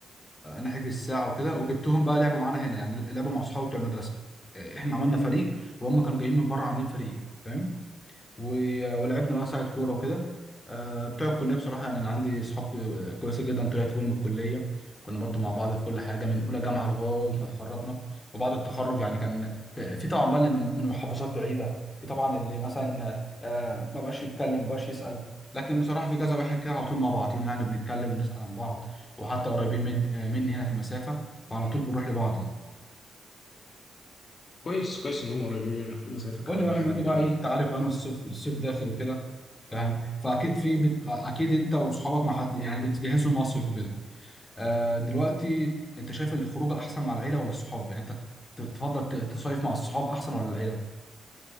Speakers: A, on the left (about 25°); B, on the left (about 50°).
A: آه، نحجز ساعه وكده وجبتهم بقى لعبوا معانا هنا يعني لعبوا مع اصحابي بتوع المدرسه آه، احنا عملنا فريق وهم كانوا جايين من بره عاملين فريق فاهم و- ولعبنا بقى ساعة كورة وكده آه، بتوع الكلية بصراحة يعني أنا عندي صحاب ك- كويسة جدا طلعت بيهم من الكلية كنا برضو مع بعض في كل حاجة من أولى جامعة لغاية ما اتخرجنا وبعد التخرج يعني كان في طبعا بقى اللي من من محافظات بعيدة في طبعا اللي مثلا آه، ما بقاش يتكلم ما بقاش يسأل لكن بصراحة في كذا واحد كده على طول مع بعضينا يعني بنتكلم ونسأل عن بعض وحتى قريبين مد- آه، مني هنا في المسافة فعلى طول بنروح لبعض يعني
B: كويس كويس ان هم قريبين منك في
A: مم.
B: المسافة كمان
A: قول لي بقى
B: دي حاجة
A: بما ان بقى
B: جميلة
A: إيه، انت عارف بقى ان الصيف الصيف داخل وكده فاهم فاكيد في بت... اكيد انت واصحابك مع حد يعني بتجهزوا مصيف وكده آه دلوقتي انت شايف الخروجه احسن مع العيله ولا الصحاب يعني انت ت- تفضل ت- تصيف مع الصحاب احسن ولا العيله